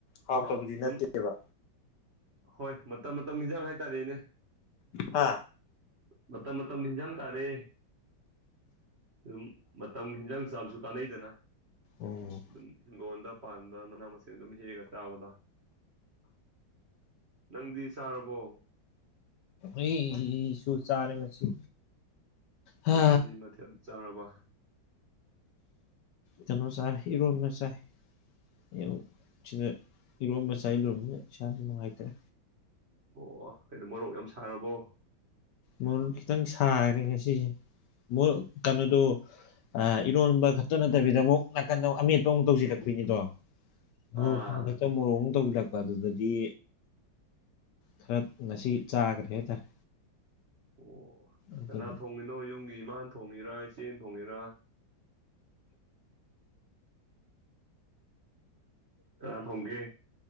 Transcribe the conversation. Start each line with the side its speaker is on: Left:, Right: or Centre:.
Left: ꯍꯥꯎꯇꯕꯤꯗꯤ
Right: ꯑꯥ ꯑꯗꯨꯝ
Left: ꯅꯠꯇꯦꯕ
Right: ꯍꯣꯏ ꯃꯇꯝ ꯃꯇꯝꯒꯤ ꯏꯟꯁꯥꯡ ꯍꯥꯏꯇꯥꯔꯦꯅꯦ
Left: ꯍꯥ
Right: ꯃꯇꯝ ꯃꯇꯝꯒꯤ ꯏꯟꯖꯥꯡ ꯇꯥꯔꯦ ꯑꯗꯨꯝ ꯃꯇꯝꯒꯤ ꯍꯤꯟꯖꯥꯡ ꯆꯥꯕꯁꯨ ꯀꯥꯟꯅꯩꯗꯅ
Left: ꯎꯝ
Right: ꯑꯗꯨꯝ ꯍꯤꯡꯒꯣꯟꯗ ꯄꯥꯟ ꯃꯥꯅ ꯃꯁꯤꯡ ꯑꯗꯨꯝ ꯍꯦꯛꯑꯒ ꯆꯥꯕꯗꯣ ꯅꯪꯗꯤ ꯆꯥꯔꯕꯣ
Left: ꯎꯝ ꯑꯩꯁꯨ ꯆꯔꯦ ꯉꯁꯤ ꯍꯥ
Right: ꯀꯔꯤ ꯃꯊꯦꯜ ꯆꯥꯔꯕ
Left: ꯀꯩꯅꯣ ꯆꯥꯏ ꯏꯔꯣꯟꯕ ꯆꯥꯏ ꯑꯦ ꯁꯤꯗ ꯏꯔꯣꯝꯕ ꯆꯥꯏ ꯂꯣꯏꯔꯛꯄꯗ ꯏꯁꯥꯁꯨ ꯅꯨꯡꯉꯥꯏꯇ꯭ꯔꯦ
Right: ꯑꯣ ꯀꯩꯅꯣ ꯃꯣꯔꯣꯛ ꯌꯥꯝ ꯁꯥꯔꯕꯣ
Left: ꯃꯣꯔꯣꯛꯈꯤꯇꯪ ꯁꯥꯈ꯭ꯔꯦ ꯉꯁꯤꯁꯦ ꯃꯣꯔꯣꯛ ꯀꯩꯅꯣꯗꯣ ꯑꯥ ꯏꯔꯣꯟꯕ ꯈꯛꯇ ꯅꯠꯇꯕꯤꯗ ꯑꯃꯨꯛ ꯅꯥꯀꯟꯗ ꯑꯃꯨꯛ ꯑꯃꯦꯠꯄ ꯑꯃꯨꯛ ꯇꯧꯁꯤꯜꯂꯛꯄꯤꯅꯤꯗꯣ ꯃꯣꯔꯣꯛꯀꯤ
Right: ꯑꯥ
Left: ꯃꯊꯛꯇ ꯃꯣꯔꯣꯛ ꯑꯃꯨꯛ ꯇꯧꯖꯤꯜꯂꯛ ꯑꯗꯨꯗꯗꯤ ꯈꯥꯔ ꯉꯁꯤ ꯆꯥꯈ꯭ꯔꯦ ꯍꯥꯏꯇꯥꯔꯦ
Right: ꯑꯣ
Left: ꯑꯗꯨꯅ
Right: ꯀꯥꯅ ꯊꯣꯡꯉꯤꯅꯣ ꯌꯨꯝꯒꯤ ꯏꯃꯥꯅ ꯊꯣꯡꯉꯤꯔ ꯏꯆꯦꯅ ꯊꯣꯡꯉꯤꯔ ꯀꯥꯅ ꯊꯣꯡꯒꯦ